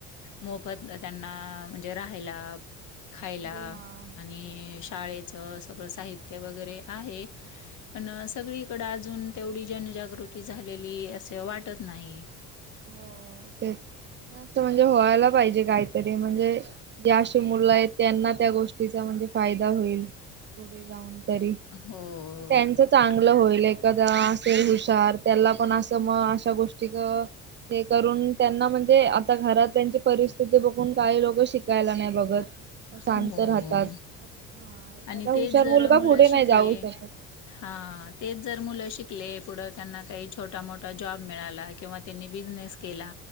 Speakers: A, on the left; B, on the right.
A: मोफत त्यांना म्हजे रा खायला
B: ते हा.
A: आणि शाळेच स साहित्य वगैरे आहे पण सगळीकडे अजून तेवढी जनजागृती झाली ली असं वाटत नाही
B: हो तेच असं म्हणजे व्हायला पाहिजे काहीतरी म्हणजे जे अशी मुलं आहेत त्यांना त्या गोष्टीचा म्ह फायदा होईल पुढे जाऊन तरी
A: हो.
B: त्यांच चांगलं
A: आ,
B: होईल एक <inaudible> कदा असेल हुशार त्याला पण असं मग अशा गोष्टी <inaudible> ते करून त्यांना म्हणजे आता घरात त्यांची परिस्थिती बघून काही लोक शिकायला नाही बघत <inaudible> शांत
A: हो
B: राहतात हा एखादा
A: आणि
B: हुशार
A: तेच जर
B: मुलगा
A: मुलं
B: पुढे नाही
A: शिकले
B: जाऊ शकत
A: <inaudible> हा तेच जर मुलं शिकले पुढ- त्यांनां काही छोटा- मोठा जाॅब मिळाला कींवा त्यांनी बिझनेस केला